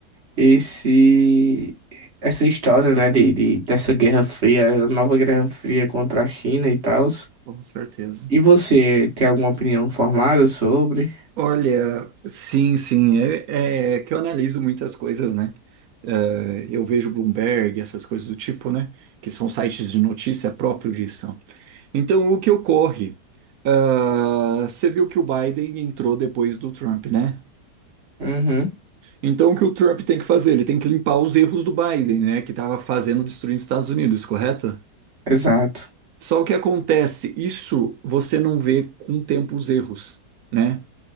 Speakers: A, on the right; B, on the right.
A: esse, essa história, né? De, de- dessa Guerra Fria, nova Guerra Fria contra a China e tal.
B: Com certeza.
A: E você tem alguma opinião formada sobre?
B: Olha, sim, sim, é, é que eu analiso muitas coisas, né? Eh, eu vejo Bloomberg, essas coisas do tipo, né? Que são sites de notícia próprios disso. Então, o que ocorre? Ah, você viu que o Biden entrou depois do Trump, né?
A: Uhum,
B: Então, o que o Trump tem que fazer? Ele tem que limpar os erros do Biden, né? Que estava fazendo destruir os Estados Unidos, correto?
A: exato.
B: Só o que acontece, isso você não vê com o tempo os erros, né?